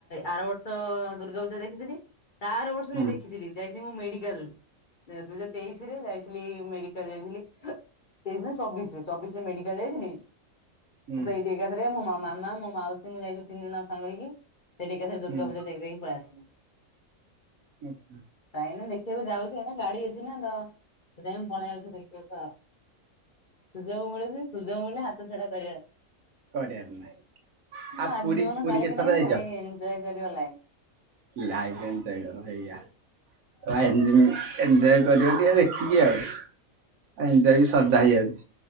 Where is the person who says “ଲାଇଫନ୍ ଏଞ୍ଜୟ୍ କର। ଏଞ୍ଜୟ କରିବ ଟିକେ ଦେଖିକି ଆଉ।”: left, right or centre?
Right